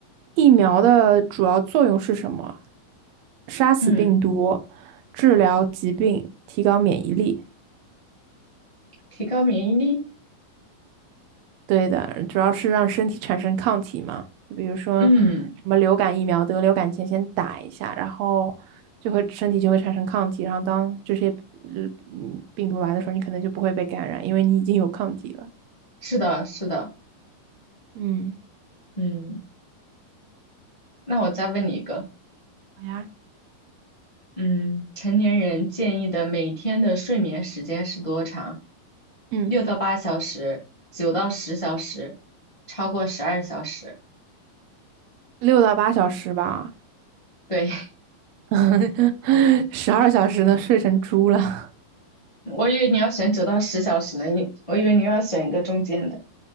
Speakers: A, on the right (about 85°); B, on the left (about 15°).
A: 疫苗的主要作用是什么？杀死病毒，
B: 嗯，
A: 治疗疾病，提高免疫力。
B: 提高免疫力。
A: 对的，主要是让身体产生抗体嘛。就比如说什么流感疫苗，
B: 嗯，
A: 得流感前先打一下，然后就会身体就会产生抗体，然后当这些嗯嗯病毒来的时候，你可能就不会被感染，因为你已经有抗体了。
B: 是的，是的。
A: 嗯，
B: 嗯，那我再问你一个。
A: 好呀，
B: 嗯，成年人建议的每天的睡眠时间是多长？
A: 嗯，
B: 六到八小时，九到十小时，超过十二小时。
A: 六到八小时吧，
B: 对，<laughs>
A: <laughs> 十二小时呢，睡成猪了。
B: 我以为你要选九到十小时呢，你我以为你要选一个中间的。